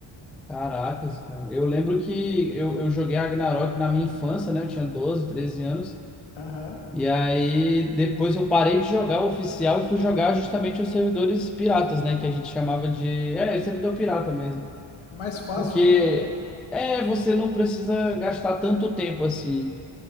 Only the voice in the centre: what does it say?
Caracas, cara. Eu lembro que eu, eu joguei Ragnarok na minha infância, né? Eu tinha 12 13 anos.
E aí depois eu parei de jogar o oficial e fui jogar justamente os servidores piratas, né? Que a gente chamava de. É, servidor pirata mesmo.
Porque
é, você não precisa gastar tanto tempo assim.